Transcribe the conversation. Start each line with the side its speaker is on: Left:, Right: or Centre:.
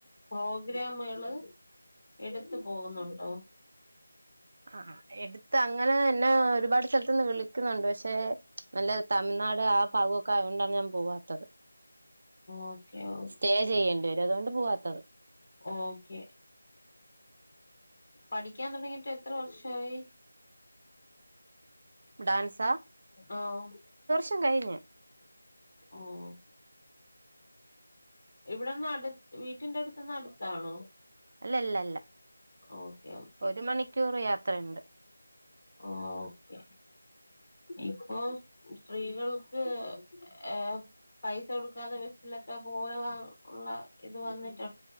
Left: പ്രോഗ്രമേള് എടുത്ത് പോവുന്നുണ്ടോ?
Right: ആഹ് ഹാ എടുത്ത് അങ്ങനെ എന്നെ ഒരുപാട് സ്ഥലത്ത് നിന്ന് വിളിക്കുന്നുണ്ട്. പക്ഷെ നല്ല തമിഴ്നാട് ആ ഭാഗൊക്കെ ആയോണ്ടാണ് ഞാൻ പോവാത്തത്.
Left: ഓക്കെ ഓക്കെ
Right: സ്റ്റേ ചെയ്യേണ്ടി വരും. അതോണ്ട് പോവാത്തത്.
Left: ഓക്കെ പഠിക്കാൻ തുടങ്ങിയിട്ട് എത്ര വർഷായി?
Right: ബ് ഡാൻസ്
Left: ആഹ്
Right: ട്ടും കഴിഞ്
Left: ആഹ് ഇവിടെന്ന് അടുത്ത് വീട്ടിന്റെ അടുത്ത്ന്ന് അടുത്താണോ?
Right: അല്ലല്ലല്ല
Left: ഓക്കെ ഓക്കെ
Right: ഒരു മണിക്കൂർ യാത്രയുണ്ട്.
Left: ഓക്കെ ഇപ്പോ സ്ത്രീകൾക്ക് ഏഹ് പൈസ കൊടുക്കാതെ ബസ്സിലൊക്കെ പോവാൻ ഉള്ള ഇത് വന്നിട്ടു